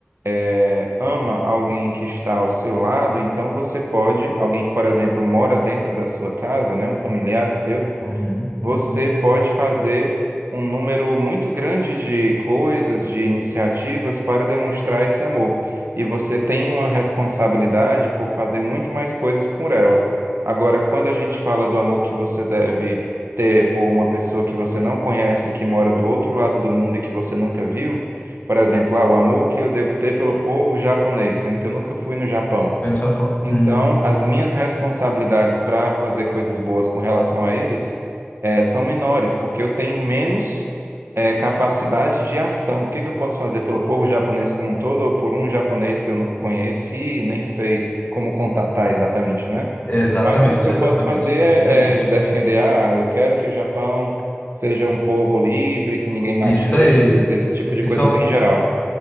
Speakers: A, on the right (about 70°); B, on the left (about 45°).
A: é, ama alguém que está ao seu lado, então você pode, alguém que, por exemplo, mora dentro da sua casa, né, um familiar seu
B: Uhum,
A: você
B: uhum.
A: pode fazer um número muito grande de coisas, de iniciativas para demonstrar esse amor. E você tem uma responsabilidade por fazer muito mais coisas por ela. Agora, quando a gente fala do amor que você deve ter por uma pessoa que você não conhece, que mora do outro lado do mundo e que você nunca viu, por exemplo, ah, o amor que eu devo ter pelo povo japonês, sendo que eu nunca fui no Japão.
B: No Japão.
A: Então,
B: Uhum.
A: as minhas responsabilidades para fazer coisas boas com relação a eles eh, são menores, porque eu tenho menos eh, capacidade de ação. O que que eu posso fazer pelo povo japonês como um todo, ou por um japonês que eu nunca conheci e nem sei como contatar exatamente, né?
B: Exatamente,
A: O máximo que eu
B: exatamente.
A: posso fazer
B: É
A: é,
B: diferente.
A: é defender, ah, eu quero que o Japão seja um povo livre, que ninguém mate
B: Isso
A: eles,
B: aí.
A: esse tipo de
B: Que
A: coisa
B: são...
A: bem geral.